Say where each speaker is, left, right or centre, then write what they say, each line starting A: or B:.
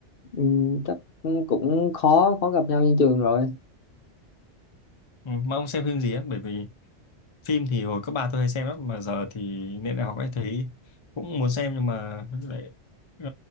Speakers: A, on the left; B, on the left.
A: ừ, chắc cũng khó khó gặp nhau trên trường rồi
B: ừ. mà ông xem phim gì á bởi vì phim thì hồi cấp ba tôi hay xem lắm mà giờ thì lên đại học ấy thấy cũng muốn xem nhưng mà lại ờ,